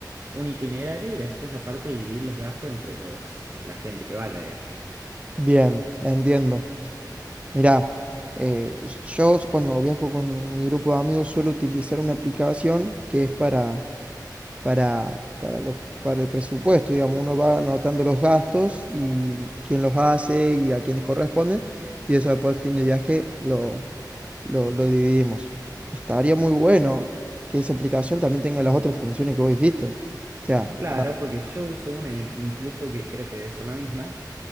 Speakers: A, on the right (about 35°); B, on the right (about 15°).
A: un itinerario y después la parte de dividir los gastos entre los, la gente que vaya, digamos.
B: Bien, entiendo. Mirá, eh, yo cuando viajo con mi grupo de amigos suelo utilizar una aplicación que es para para, para, los- para el presupuesto. Digamos, uno va anotando los gastos y quién los hace y a quién les corresponde. Y eso después al fin de viaje lo, lo, lo dividimos. Estaría muy bueno que esa aplicación también tenga las otras funciones que vos dijiste. O sea,
A: Claro,
B: ah,
A: porque yo uso una in- incluso que creo que debe ser la misma